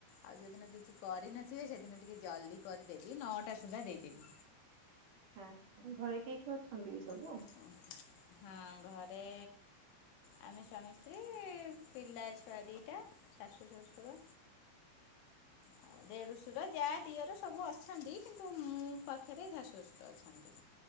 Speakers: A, on the left (about 80°); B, on the right (about 55°).
A: ଆଉ ଯୋଉଦିନ କିଛି କରିନଥିବି ସେ ସେଦିନ ଟିକେ ଜଲଦି କରିଦେବି, ନଅଟା ସୁଦ୍ଧା ଦେଇଦେବି।
B: ଆପଣଙ୍କ ଘରେ କିଏ କିଏ ଅଛନ୍ତି? ସବୁ?
A: ଓ ହଁ, ଘରେ ଆମେ ସ୍ୱାମୀ, ସ୍ତ୍ରୀ, ପିଲା ଛୁଆ ଦିଟା, ଶାଶୁ, ଶଶୁର। ଆଉ ଦେଢ଼ସୁ ଶୁର, ଯା, ଦିଅର ସବୁ ଅଛନ୍ତି କିନ୍ତୁ ମୋ ପାଖରେ ଶାଶୁ, ଶୁଶୁର ଅଛନ୍ତି।